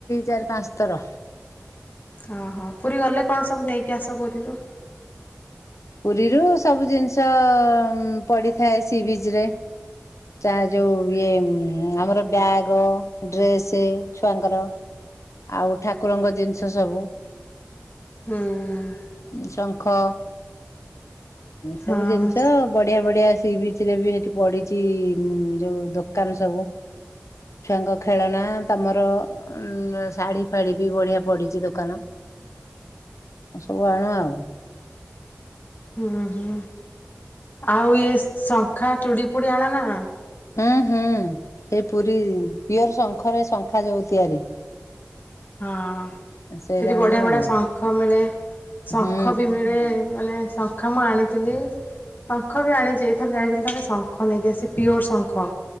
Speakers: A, on the left (about 85°); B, on the left (about 40°).
A: ଚାରି ପାଞ୍ଚ ଥର।
B: ହଁ ହଁ ପୁରୀ ଗଲେ କଣ ସବୁ ନେଇକି ଆସ ପୁରୀରୁ?
A: ପୁରୀରୁ ସବୁ ଜିନିଷ ପଡିଥାଏ ସି ବିଚ ରେ। ଚା ଯୋଉ ଇଏ ଆମର ବ୍ୟାଗ ଡ୍ରେସ ଛୁଆଙ୍କର। ଆଉ ଠାକୁରଙ୍କ ଜିନିଷ ସବୁ।
B: ହୁଁ ହୁଁ।
A: ଶଙ୍ଖ ସବୁ
B: ହଁ
A: ଜିନିଷ ଆଉ। ବଢିଆ ବଢିଆ ସି ବିଚ ରେ ବି ଏଠି ପଢିଛି। ଯୋଉ ଦୋକାନ ସବୁ ଛୁଆଙ୍କ ଖେଳନା ତମର ଉଁ ଶାଢୀ ଫାଢି। ବି ବଢ଼ିଆ ପଡ଼ିଛି ଦୋକାନ ସବୁ ଆଣୁ ଆଉ।
B: ହୁଁ ହୁଁ ଆଉ ଇଏ ଶଙ୍ଖା ଚୁଡ଼ି ଫୁଡି ଆଣନା
A: ହୁଁ ହୁଁ ସେଇ ପୁରୀ ପିଓର ଶଙ୍ଖରେ ଶଙ୍ଖା ଯଉ ତିଆରି।
B: ହଁ
A: ସେଇରା
B: ସେଠି ବଢ଼ିଆ
A: ଆଣୁ
B: ବଢ଼ିଆ
A: ଆଉ।
B: ଶଙ୍ଖ ମିଳେ ଶଙ୍ଖ
A: ହୁଁ
B: ବି ମିଳେ ମାନେ ଶଙ୍ଖ କାମ ଆଣିଥିଲି। ଶଙ୍ଖ ବି ଆଣିଛି ଏଥର ଯାଇଥିଲି ଥରେ ଶଙ୍ଖ ନେଇକି ଆସି ପିଓର ଶଙ୍ଖ।